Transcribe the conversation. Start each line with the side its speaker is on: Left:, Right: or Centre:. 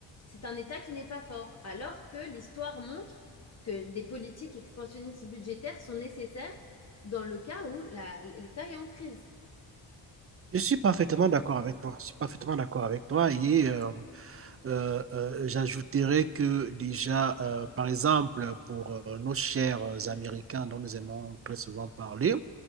Left: c'est un État qui n'est pas fort. Alors que l'histoire montre que des politiques expansionnistes budgétaires sont nécessaires dans le cas où la- l'État est en crise.
Right: Je suis parfaitement d'accord avec toi. Je suis parfaitement d'accord avec toi. Et euh, euh, euh, j'ajouterais que déjà, euh, par exemple, pour euh, nos chers Américains dont nous aimons très souvent parler,